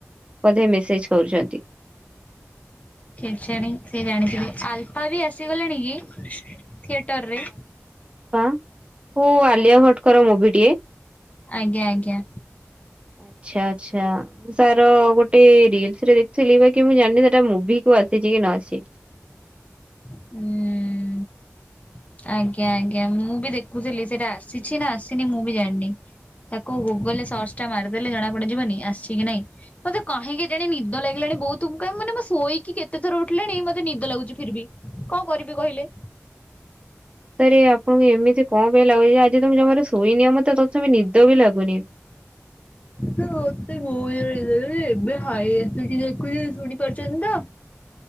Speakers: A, on the right; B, on the left.
A: ବଧେ ମେସେଜ କରୁଛନ୍ତି।
B: କେଜାଣି ସେ ଜାଣିଥିବେ? ଆଲଫା ବି ଆସିଗଲାଣି କି? ଥିଏଟର ରେ।
A: ହ ଓ ଆଲିଆ ଭଟଙ୍କର ମୁଭି ଟିଏ।
B: ଆଜ୍ଞା ଆଜ୍ଞା।
A: ଆଚ୍ଛା ଆଚ୍ଛା। ମୁଁ ତାର ଗୋଟେ ରିଲସ ରେ ଦେଖଥିଲି, ବାକି ମୁଁ ଜାଣିନି ସେଟା ମୁଭି କୁ ଆସିଚି କି ନ ଆସିଚି।
B: ହୁଁ। ଆଜ୍ଞା ଆଜ୍ଞା। ମୁଁ ବି ଦେଖୁଥିଲି, ସେଇଟା ଆସିଛି ନା ଆସିନି ମୁଁ ବି ଜାଣିନି। ତାକୁ ଗୁଗଲ ରେ ସର୍ଚ୍ଚ ଟା ମାରିଦେଲେ ଜଣା ପଡିଯିବନି, ଆସିଛି କି ନାଇଁ? ମତେ କାହିଁ କେଜାଣି ନିଦ ଲାଗିଲାଣି ବୋଉ ତୁମ୍, କ ମାନେ, ମୁଁ ଶୋଇକି କେତେଥର ଉଠିଲଣି ମତେ ନିଦ ଲାଗୁଛି ଫିର ବି। କଣ କରିବି କହିଲେ?
A: ତାରେ ଆପଣଙ୍କୁ ଏମିତି କଣ ଲାଗୁଚି ଆଜି ତ ମେ ଜମାରୁ ଶୋଇନି ଆ ମତେ ତଥାପି ନିଦ ବି ଲାଗୁନି।
B: ତ ମତେ ବହୁତ ଜ ହେ ଏବେ ହାଇ ଆସ ଦେଖୁଛି ଶୁଣି ପାରୁଛନ୍ତି ତ।